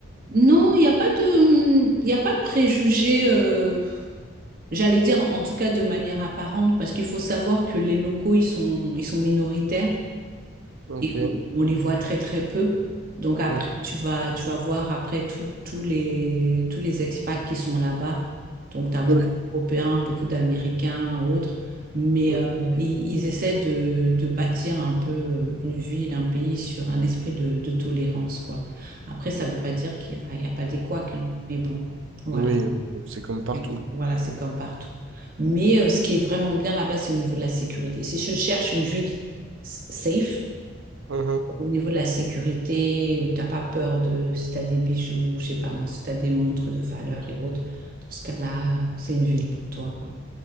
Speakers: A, on the right (about 45°); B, on the right (about 80°).
A: non, il n'y a pas de, il y a pas de préjugés, euh, j'allais dire en en tout cas de manière apparente, parce qu'il faut savoir que les locaux, ils sont, ils sont minoritaires.
B: Ok.
A: et on, on les voit très très peu. Donc après,
B: Mhm.
A: tu vas, tu vas voir après tout- tous les, tous les expats qui sont là-bas. Donc tu as beaucoup
B: Oui,
A: d'Européens, beaucoup d'Américains, autres. Mais
B: Mhm.
A: euh, ils, ils essaient de, de bâtir un peu euh, une ville, un pays sur un esprit de, de tolérance, quoi. Après, ça ne veut pas dire qu'il n'y a, il y a pas des couacs, hein. Mais bon, voilà.
B: Oui, c'est comme partout.
A: Mais Voilà, c'est comme partout. Mais euh, ce qui est vraiment bien là-bas, c'est au niveau de la sécurité. Si je cherche une ville s- safe,
B: Mhm.
A: au niveau de la sécurité, où t'as pas peur de si t'as des bijoux, je sais pas moi, si t'as des montres de valeur et autres, dans ce cas-là, c'est une ville pour toi, quoi.